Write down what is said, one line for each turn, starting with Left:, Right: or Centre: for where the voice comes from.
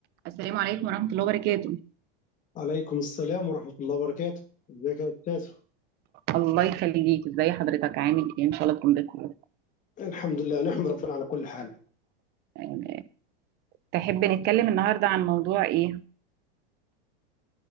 Right: السلام عليكم ورحمة الله وبركاته
Left: عليكم السلام ورحمة الله وبركاته ازيك يا أستاذ
Right: الله يخليك ازي حضرتك عامل ايه ان شاء الله تكون بخير
Left: الحمد لله نحمد ربنا على كل حال
Right: آه، تحب نتكلم النهاردة عن موضوع ايه